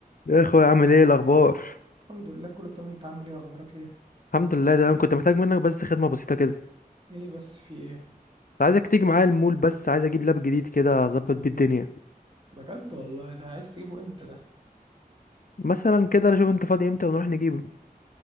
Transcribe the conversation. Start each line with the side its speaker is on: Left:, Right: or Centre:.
Left: يا اخويا عامل ايه إيه الاخبار
Right: الحمد لله كله تمام انت عامل ايه اخبارك ايه
Left: الحمد لله تمام كنت محتاج منك بس خدمه بسيطه كده كنت
Right: ايه بس في ايه
Left: عايزك تيجي معايا المول بس عايز اجيب لاب جديد كده اظبط بيه الدنيا
Right: بجد والله ده عايز تجيبه امتى ده
Left: مثلا كده شوف انت فاضي امتى ونروح نجيبه